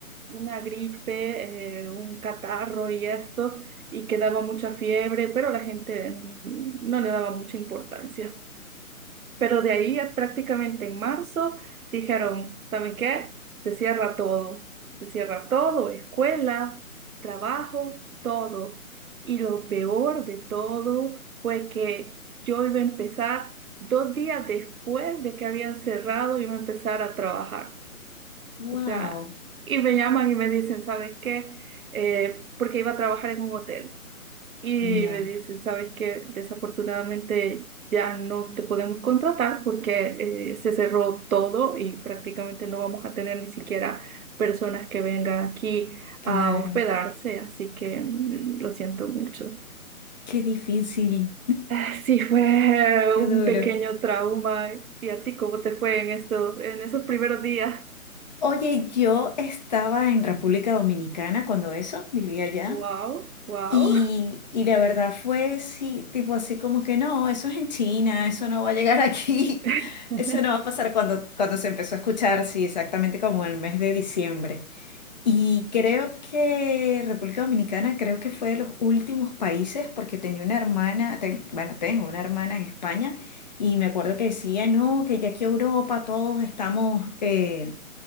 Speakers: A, on the right; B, on the left.
A: una gripe, eh, un catarro y esto, y que daba mucha fiebre, pero la gente no le daba mucha importancia. Pero de ahí eh, prácticamente en marzo dijeron, ¿saben qué? Se cierra todo, se cierra todo, escuela, trabajo, todo. Y lo peor de todo fue que yo iba a empezar dos días después de que habían cerrado, iba a empezar a trabajar.
B: Wow.
A: O sea, y me llaman y me dicen, ¿sabes qué? Eh, porque iba a trabajar en un hotel. Y
B: Ya,
A: me dicen, ¿sabes qué? Desafortunadamente ya no te podemos contratar porque eh, se cerró todo y prácticamente no vamos a tener ni siquiera personas que vengan aquí
B: claro.
A: a hospedarse, así que mm, lo siento mucho. <laughs>
B: Qué difícil.
A: Ah, Sí, fue
B: Qué
A: un
B: duro.
A: pequeño trauma. ¿Y a ti cómo te fue en estos, en esos primeros días?
B: Oye, yo estaba en República Dominicana cuando eso, vivía allá.
A: Wow, wow.
B: Y, y la verdad fue sí, tipo así como que no, eso es en China, eso no va a llegar aquí,
A: <laughs>
B: <laughs> eso no va a pasar cuando, cuando se empezó a escuchar, sí, exactamente como el mes de diciembre. Y creo que República Dominicana creo que fue de los últimos países porque tenía una hermana, ten- bueno, tengo una hermana en España y me acuerdo que decía, no, que ya aquí Europa todos estamos... eh,